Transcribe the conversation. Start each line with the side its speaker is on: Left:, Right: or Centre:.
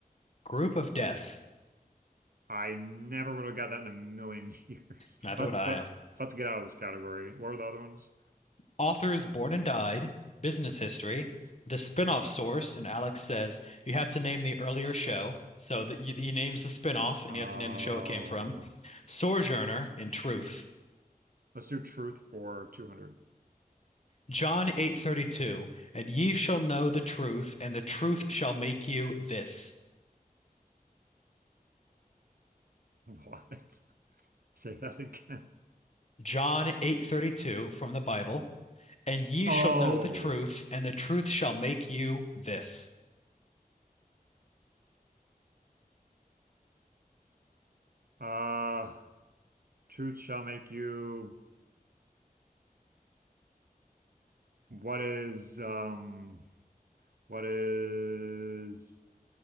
Left: Group of death.
Right: I never would have got that in a million <laughs> years.
Left: Neither
Right: Let's
Left: would I
Right: let
Left: have.
Right: let's get out of this category. What were the other ones?
Left: Authors Born and Died, Business History, the spin-off source, and Alex says you have to name the earlier show. So that you- he names the spin-off, and
Right: Oh,
Left: you have to name the show it came from. Sojourner in Truth.
Right: let's do truth for 200.
Left: John 8:32, and ye shall know the truth, and the truth shall make you this.
Right: What? <laughs> Say that again.
Left: John 8:32 from the Bible, and ye
Right: Oh,
Left: shall know the truth, and the truth shall make you this.
Right: uh, truth shall make you. What is um? What is